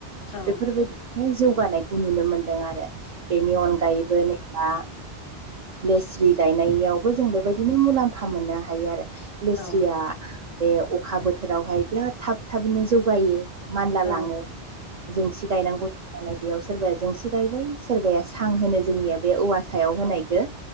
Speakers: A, on the left; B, on the right.
A: नोंथां
B: बेफोरबायदिनि जौगानायखौ नुनो मोनदों आरो बेनि अनगायैबो नो बा लेस्रि गायनायनियावबो जों बेबायदिनो मुलाम्फा मोननो हायो आरो लेस्रिया
A: औ
B: बे अखा बोथोरावहाय बिराद थाब थाबैनो जौगायो। मानला
A: औ
B: लाङो जोंसि गायनांगौ होनबानो बेयाव सोरबाया जोंसि गायबाय सोरबाया सां होनो जोंनिया बे औवा सायाव
A: औ
B: होनायखो